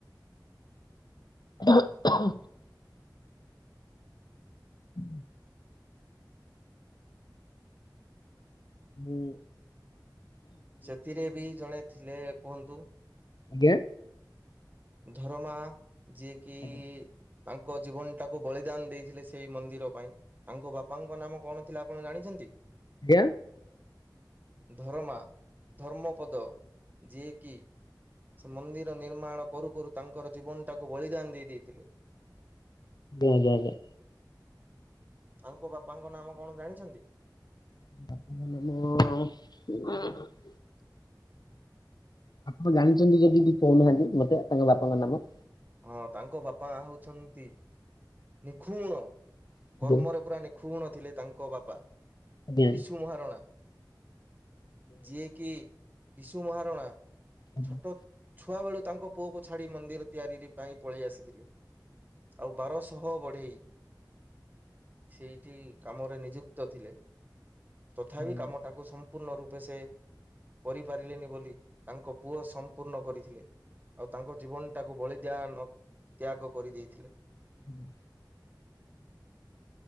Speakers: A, on the left (about 65°); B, on the right (about 25°).
A: ଉର୍ହୁ ହୁଁ। ହୁଁ।
B: ସେଥିରେ ବି ଜଣେ ଥିଲେ କୁହନ୍ତୁ।
A: ଆଜ୍ଞା।
B: ଧରମା ଯିଏକି
A: ଆଜ୍ଞା
B: ତାଙ୍କ ଜୀବନ ଟାକୁ ବଳିଦାନ ଦେଇଥିଲେ ସେଇ ମନ୍ଦିର ପାଇଁ ତାଙ୍କ ବାପାଙ୍କ ନାମ କଣ ଥିଲା ଆପଣ ଜାଣିଛନ୍ତି।
A: ଆଜ୍ଞା।
B: ଧରମା ଧର୍ମପଦ ଯିଏକି ସେ ମନ୍ଦିର ନିର୍ମାଣ କରୁ କରୁ ତାଙ୍କର ଜୀବନଟାକୁ ବଳିଦାନ ଦେଇ ଦେଇଥିଲେ।
A: ଆଜ୍ଞା ଆଜ୍ଞା।
B: ତାଙ୍କ ବାପାଙ୍କ ନାମ କଣ ଜାଣିଛନ୍ତି?
A: ବାପା ଙ୍କ ମାନ ଉଁ ଆପଣ ଜାଣିଛନ୍ତି ଯଦି ବି କହୁନାହାନ୍ତି ମତେ ତାଙ୍କ ବାପାଙ୍କ ନାମ।
B: ହଁ ତାଙ୍କ ବାପା ହଉଛନ୍ତି ନିଖୁଣ
A: ଆଜ୍ଞା
B: କର୍ମରେ ପୁରା ନିଖୁଣ ଥିଲେ ତାଙ୍କ ବାପା।
A: ଆଜ୍ଞା
B: ବିଶୁ ମହାରଣା। ଯିଏକି ବିଶୁ ମହାରଣା
A: ଆଜ୍ଞା
B: ଛୋଟ ଛୁଆ ବେଳୁ ତାଙ୍କ ପୁଅକୁ ଛାଡି ମନ୍ଦିର ତିଆରି ପାଇଁ ପଳେଇ ଆସିଥିଲେ ଆଉ ବାରଶହ ସହ ବଢେଇ ସେଇଠି କାମରେ ନିଯୁକ୍ତ ଥିଲେ। ତଥାପି
A: ଆଜ୍ଞା ଆଜ୍ଞା
B: କାମଟାକୁ ସମ୍ ସମ୍ପୂର୍ଣ ରୂପେ ସେ କରିପାରିଲେନି ବୋଲି ତାଙ୍କ ପୁଅ ସମ୍ପୂର୍ଣ୍ଣ କରିଥିଲେ। ଆଉ ତାଙ୍କ ଜୀବନ ଟାକୁ ଭଳି ଦ୍ୟାନ ତ୍ୟାଗ କରିଦେଇଥିଲେ।
A: ହୁଁ।